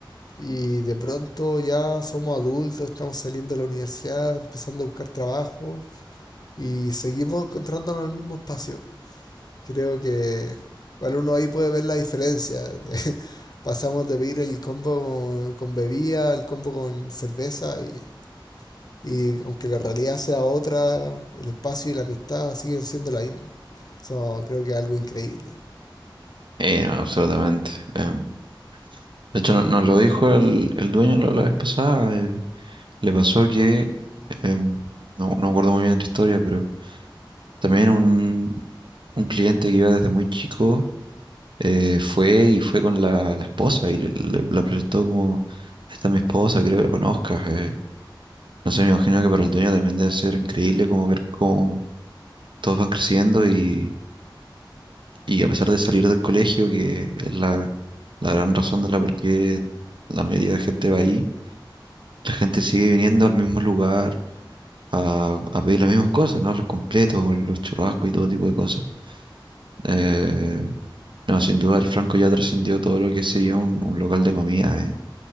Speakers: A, on the left; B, on the right.
A: y de pronto ya somos adultos, estamos saliendo de la universidad, empezando a buscar trabajo y seguimos encontrándonos en el mismo espacio. Creo que igual uno ahí puede ver la diferencia. <laughs> pasamos de pedir el combo con, con bebida, el combo con cerveza y, y aunque la realidad sea otra, el espacio y la amistad siguen siendo la misma. Eso creo que es algo increíble.
B: Eh, no, absolutamente. Em, De hecho, no- nos lo dijo el, el dueño la, la vez pasada. eh, le pasó que, em, no, no me acuerdo muy bien la historia, pero también un, un cliente que iba desde muy chico eh, fue y fue con la, la esposa y le, le- la presentó como, esta es mi esposa, quiero que la conozcas. eh". No sé, me imagino que para el dueño también debe ser increíble como ver cómo todos van creciendo y, y a pesar de salir del colegio, que es la, la gran razón de la por qué la mayoría de gente va ahí. La gente sigue viniendo al mismo lugar, a, a pedir las mismas cosas, ¿no? Los completos, los churrascos y todo tipo de cosas. Eh, no, sin duda el Franco ya trascendió todo lo que sería un, un local de comida, eh,